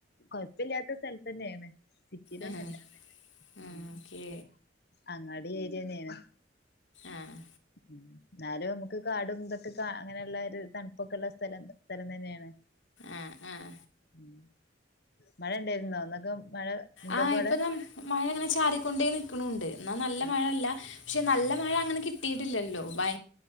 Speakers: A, on the left; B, on the left.
A: കൊഴപ്പില്ലാത്ത സ്ഥലത്ത്ന്നെണ് സിറ്റിയിലൊന്നുംല്ല
B: ആഹ്
A: ഉ
B: ആഹ് ഓക്കേ
A: അങ്ങാടി ഏരിയന്നന
B: ആഹ്
A: ഉ എന്നാലും നമുക്ക് കാടും ഇതൊക്കെ കാ അങ്ങനെയുള്ള ഒരു തണുപ്പൊക്കെള്ള സ്ഥലം സ്ഥലം തന്നെയാണ്.
B: ആഹ ആഹ
A: ഉം മഴ ഉണ്ടായിരുന്നോ ഒന്നൊക്കെ മഴ ഇണ്ടപ്പോ
B: ആഹ്
A: അവിടെ
B: ഇപ്പൊ ന മഴ അങ്ങനെ ചാറിക്കൊണ്ടേ നിക്കണണ്ട് എന്നാൽ നല്ല
A: ആഹ്
B: മഴല്ല പക്ഷെ നല്ല മ മഴ അങ്ങനെ കിട്ടിട്ടില്ലല്ലോ ഭയ